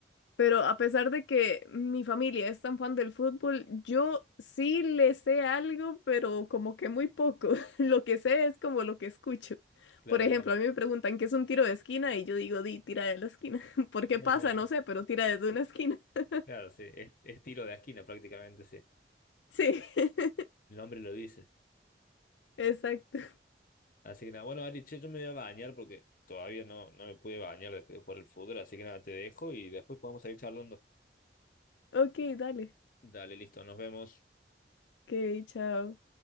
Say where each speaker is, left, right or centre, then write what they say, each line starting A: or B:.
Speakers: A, on the left (about 80°); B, on the left (about 50°).
A: Pero a pesar de que mi familia es tan fan del fútbol, yo sí le sé algo, pero como que muy poco. <laughs> Lo que sé es como lo que escucho.
B: Claro,
A: Por ejemplo,
B: claro.
A: a mí me preguntan qué es un tiro de esquina y yo digo, di, tira de la esquina. <laughs> ¿Por
B: <laughs>
A: qué pasa? No sé, pero tira desde una esquina. <laughs>
B: Claro, sí. Es, es tiro de esquina prácticamente, sí.
A: Sí, <laughs>
B: El nombre lo dice.
A: exacto.
B: Así que nada, bueno, Ari, che, yo me voy a bañar porque todavía no, no me pude bañar después de jugar el fútbol. Así que nada, te dejo y después podemos seguir charlando.
A: Ok, dale.
B: Dale, listo, nos vemos.
A: Ok, chao.